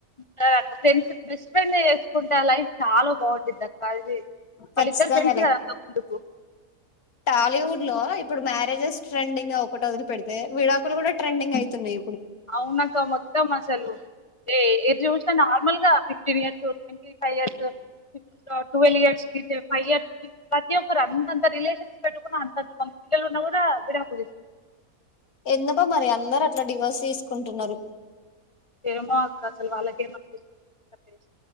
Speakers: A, on the left (about 55°); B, on the left (about 75°).
A: కదక్కా ఫ్రెండ్స్ బెస్ట్ ఫ్రెండ్నే చేసుకుంటే ఆ లైఫ్ చాలా బాగుండిదక్క అది వాళ్ళిద్దరు
B: ఖచ్చితంగాలే
A: ఫ్రెండ్స్ కదా అంతకముందుకు
B: టాలీవుడ్ లో ఇప్పుడు మ్యారేజెస్ ట్రెండింగా ఒకటి వదిలి పెడితే విడాకులు కూడా ట్రెండింగ్ ఐతున్నై
A: అవునక్క మొత్తం అసలు ఏ ఏది చూసిన నార్మల్గా fifteen years twenty five years ఫిఫ్ ఆ టువెల్ ఇయర్స్ కి తే ఫైవ్ ఇయర్స్ కి ప్రతి ఒక్కరు అంతంత రిలేషన్స్ పెట్టుకున్న అంతంత మంది పిల్లలు ఉన్నా కూడా ఆ విడాకులు తీ
B: ఎందుకో మరి అందరూ అట్లా డివోర్స్ తీసుకుంటున్నారు
A: ఏమో అక్క అసలు వాళ్ళకేమనిపిస్తు